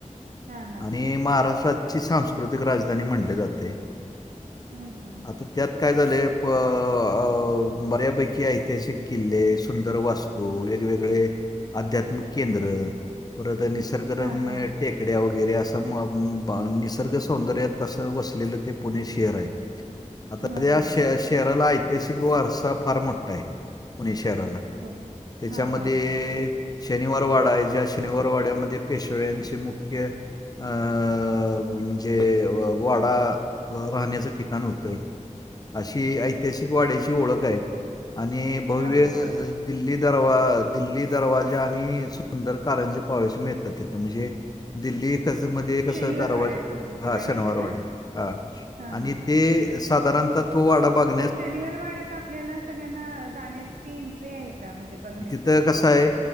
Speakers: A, on the right (about 75°); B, on the left (about 30°).
A: हा हा
B: आणि
A: हा
B: महाराष्ट्राची सांस्कृतिक राजधानी म्हणल जातय.
A: हम्म हम्म
B: आता
A: हम्म
B: त्यात काय झालय प अ बऱ्यापैकी ऐतिहासिक किल्ले, सुंदर वास् तू वेगवेगळे, आध्यात्मिक केंद्र, परत आणि निसर्गरम्य
A: हा हा
B: टेकड्या वगैरे अस त मम बन निसर्ग सौंदर्यात तंस वसलेलं ते पुणे शहर आहे. आता
A: हा
B: त्या
A: हा
B: श-शहरालाय
A: हा हा
B: ऐत्यासिक वारसा फार मोठा आहे, पुणे शहराला,
A: हो
B: त्याच्यामध्ये
A: हा हा हा
B: शनिवार वाडा आहे, ज्या शनिवार वाड्यामध्ये पेशव्यांचे मुख्य अ म्हणजे वाडा राहण्याचं ठिकाण होतं. अशी ऐतिहासिक वाड्याची ओळख आहे, आणि भव्य
A: हा हा हा
B: दिल्ली दरवा दिल्ली दरवाजा आणि सुंदर कारंजे पावेश मिळतात तिथं म्हणजे दिल्ली कस मध्ये कसं
A: शनिवार
B: दरवाज,
A: वाड्यात
B: हा
A: बघाय
B: शनिवारवाडा,
A: मिळतं का
B: हा.
A: हा
B: आणि
A: हा
B: ते साधारणतहा तो वाडा बाग
A: म शनिवार वाड्यात आपल्याला सगळ्यांना जाण्यासाठी एंट्री आहे का म्हणजे बघण्यास?
B: तिथ कस हाय,